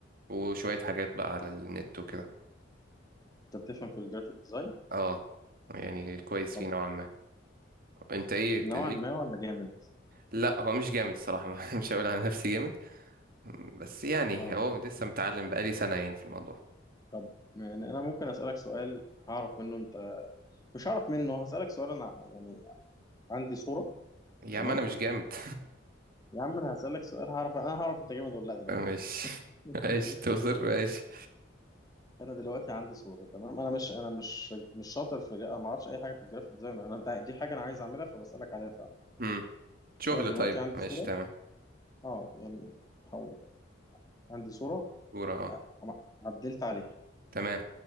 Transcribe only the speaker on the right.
وشوية حاجات بقى على النت وكده
اه يعني كويس
فيه نوعا ما انت ايه
ليك
لا هو مش جامد الصراحة <laughs> مش هقول على نفسي جامد بس يعني
هو لسه متعلم بقالي سنة يعني في الموضوع
يا
عم انا مش جامد
<laughs>
ماشي
ماشي
توصل ماشي
مم. شغل
طيب
ماشي
تمام
صورة اه
تمام